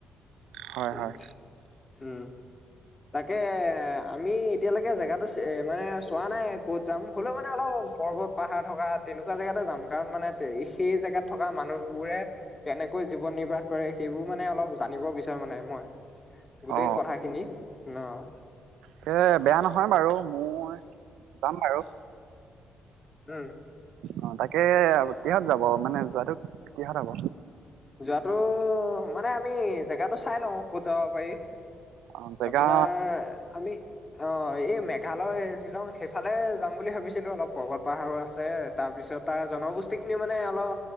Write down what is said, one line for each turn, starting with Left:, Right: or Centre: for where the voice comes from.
Right: হয়
Left: অ'
Right: হয়
Left: উম। তাকে আমি এতিয়ালৈকে জেগাতটো মানে চোৱা নাই ক'ত যাম, হ'লেও মানে অলপ পৰ্বত পাহাৰ থকা তেনেকুৱা জেগাতে যাম। কাৰণ, মানে সেই জেগাত থকা মানুহবোৰে কেনেকৈ জীৱন নিৰ্বাহ কৰে সেইবোৰ মানে অলপ জানিব বিচাৰো মানে মই। গোটেই
Right: অ'
Left: কথাখিনি। অ',
Right: তাকে বেয়া নহয় বাৰু মই যাম বাৰু।
Left: উম।
Right: অ', তাকে কিহঁত যাব মানে যোৱাটো কিহঁত হ'ব?
Left: যোৱাটো মানে আমি জেগাটো চাই লওঁ ক'ত যাব পাৰি।
Right: অ জেগা
Left: আপোনাৰ আমি অ', এই মেঘালয় শ্বিলং সেইফালে যাম বুলি ভাবিছিলো অলপ। পৰ্বত পাহাৰো আছে। তাৰপিছত তাৰ জনগোষ্ঠীখিনি মানে অলপ